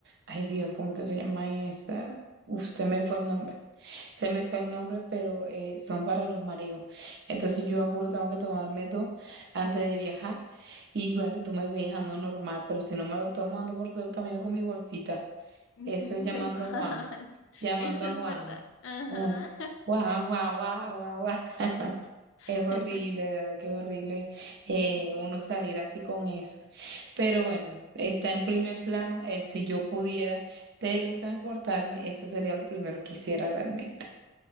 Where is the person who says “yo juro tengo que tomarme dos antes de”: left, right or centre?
Right